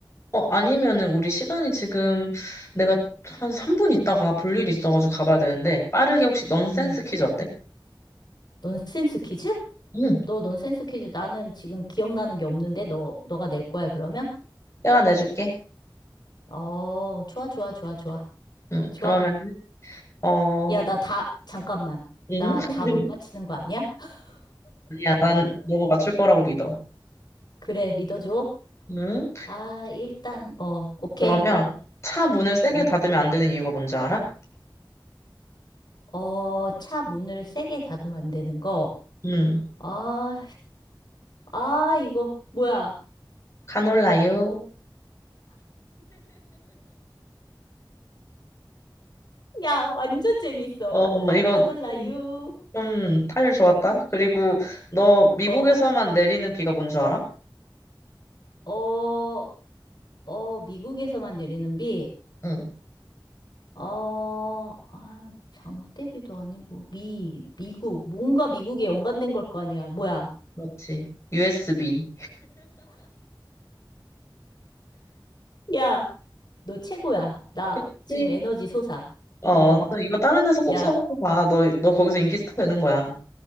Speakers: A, on the left; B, on the left.
A: 어, 아니면은 우리 시간이 지금 내가 한 3분 있다가 볼 일이 있어가지고 가봐야 되는데, 빠르게 혹시 넌센스
B: 음,
A: 퀴즈 어때?
B: 넌센스 퀴즈?
A: 응,
B: 너 넌센스 퀴즈 나는 지금 기억나는 게 없는데 너 너가 낼 거야 그러면?
A: 내가 내줄게.
B: 어, 좋아 좋아 좋아 좋아.
A: 응,
B: 좋아.
A: 그러면, 어,
B: 야, 나 다 잠깐만.
A: 응?
B: 나
A: <laughs>
B: 다 못 맞히는 거 아니야? <laughs>
A: 아니야, 난 너가 맞출 거라고 믿어.
B: 그래, 믿어줘.
A: 응?
B: 아, 일단 어, 오케이.
A: 그러면 차 문을 세게
B: 음.
A: 닫으면 안 되는 이유가 뭔지 알아?
B: 어, 차 문을 세게 닫으면 안 되는 거.
A: 음,
B: 아, 아, 이거 뭐야?
A: 카놀라유.
B: 야, 완전 재밌어.
A: 어, 이거
B: 카놀라유.
A: 좀, 좀 타율 좋았다. 그리고 너 미국에서만
B: 어.
A: 내리는 비가 뭔 줄 알아?
B: 어, 어, 미국에서만 내리는 비.
A: 응,
B: 어, 아, 장대비도 아니고, 미, 미국, 뭔가 미국에 연관된 걸 거 아니야. 뭐야.
A: 그렇지. USB.
B: 야, 너 최고야. 나
A: 그치?
B: 지금 에너지 솟아.
A: 어,
B: 어,
A: 너 이거 다른 데서 꼭
B: 야,
A: 써먹어봐. 너, 너 거기서 인기 스타 되는 거야.